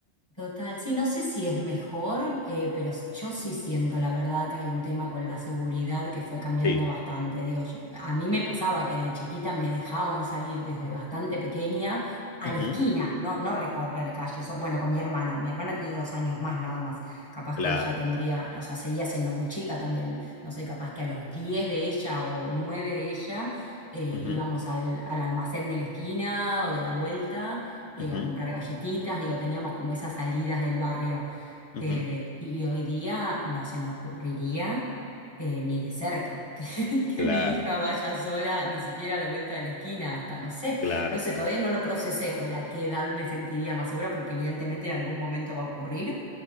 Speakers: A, on the left; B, on the left.
A: Total, sí, no sé si es mejor, eh, pero s- yo sí siento la verdad que hay un tema con la seguridad que fue cambiando
B: Sí.
A: bastante. Digo, yo- a mí me pasaba que de chiquita me dejaban salir desde bastante pequeña a
B: Ujú,
A: la esquina, no, no recorrer calles. O- Bueno, con mi hermana, mi hermana tiene dos años más nada más. Capaz
B: Claro.
A: que ella tendría, o sea, seguía siendo muy chica también, no sé, capaz que a los 10 de ella o 9 de ella eh, íbamos
B: Ujú,
A: al, al almacén de la esquina o de la vuelta eh,
B: ujú,
A: a comprar galletitas, digo, teníamos como esas salidas del barrio.
B: ujú,
A: eh, y hoy día no se me ocurriría eh, ni de cerca <laughs> que, que
B: Claro,
A: mi hija vaya sola ni siquiera a la vuelta de la esquina, hasta no sé,
B: claro,
A: no sé,
B: claro.
A: todavía no lo procesé, a ver a qué edad me sentiría más segura, porque evidentemente en algún momento va a ocurrir,